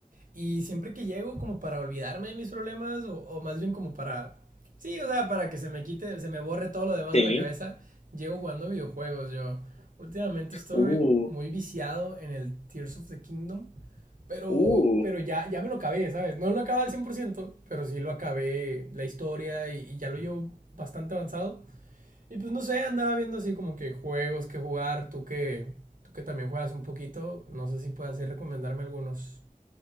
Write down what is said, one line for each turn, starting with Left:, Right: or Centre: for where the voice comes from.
Right: y siempre que llego como para olvidarme de mis problemas o, o más bien como para, sí, o sea, para que se me quite, se me borre todo lo demás
Left: Sí,
Right: de la cabeza, llego jugando videojuegos yo. Últimamente estoy
Left: uh,
Right: muy viciado en el Tears of the Kingdom, pero,
Left: uh.
Right: pero ya, ya me lo acabé, ¿sabes? No lo acabé al 100%, pero sí lo acabé la historia y, y ya lo llevo bastante avanzado. Y pues no sé, andaba viendo así como que juegos que jugar, tú que, tú que también juegas un poquito, no sé si puedes así recomendarme algunos.